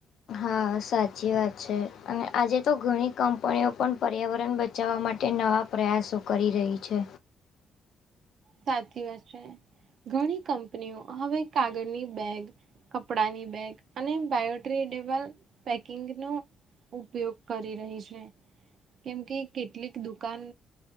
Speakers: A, on the left (about 70°); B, on the right (about 60°).
A: હા, સાચી વાત છે, અને આજે તો ઘણી કંપનીઓ પણ પર્યાવરણ બચશે. બચાવવા માટે નવા પ્રયાસો કરી રહી છે.
B: સાચી વાત છે, ઘણી કંપનીઓ હવે કાગળની બેગ કપડાની બેગ અને બાયોડ્રેડેબલ પેકિંગ ન ઉપયોગ કરી રહી છે. કેમ કેટલીક દુકાન